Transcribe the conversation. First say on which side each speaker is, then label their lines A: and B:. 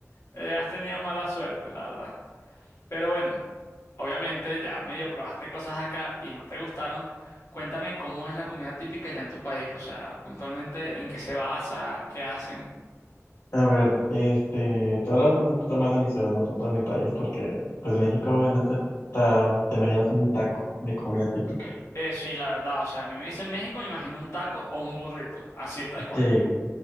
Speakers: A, on the left; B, on the left.
A: Eh, has tenido mala suerte, la verdad. Pero bueno, obviamente ya medio probaste cosas acá y no te gustaron. Cuéntame cómo es la comida típica ya en tu país, o sea, puntualmente en qué se basa, qué hacen.
B: A ver, este, te voy a hablar un poquito más de mi ciudad, no tanto de mi país, porque pues México obviamente ta- te imaginas un taco de comida típica.
A: Eh, sí, la verdad, o sea, a mí me dicen México, me imagino un taco o un burrito, así, tal cual.
B: Sí,